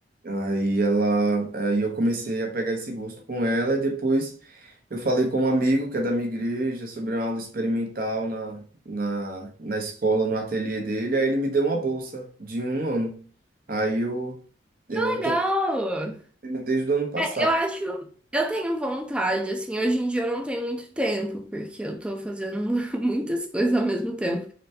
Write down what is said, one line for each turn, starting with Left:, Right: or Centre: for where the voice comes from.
Right: Aí ela, aí eu comecei a pegar esse gosto com ela e depois eu falei com um amigo que é da minha igreja sobre uma aula experimental na, na, na escola, no ateliê dele, aí ele me deu uma bolsa de um ano. Aí eu eu
Centre: Legal!
Right: tô fazendo desde o ano passado.
Centre: Eu acho, eu tenho vontade, assim, hoje em dia eu não tenho muito tempo, porque eu tô fazendo <laughs> muitas coisas ao mesmo tempo.